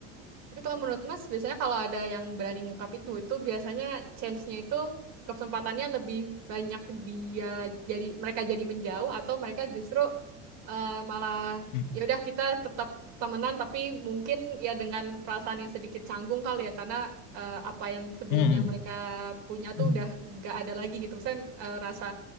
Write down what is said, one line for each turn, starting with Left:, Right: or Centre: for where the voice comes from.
Right: Tapi kalau menurut Mas, biasanya kalau ada yang berani ngungkap itu, itu biasanya chance-nya itu kesempatannya lebih banyak dia jadi mereka jadi menjauh atau mereka justru eh, malah
Left: hmm
Right: ya udah kita tetap temenan tapi mungkin ya dengan perasaan yang sedikit canggung kali ya karena eh, apa yang sebelumnya
Left: hmm
Right: mereka punya tuh
Left: Hmm,
Right: udah gak ada lagi gitu. Misalnya eh, rasa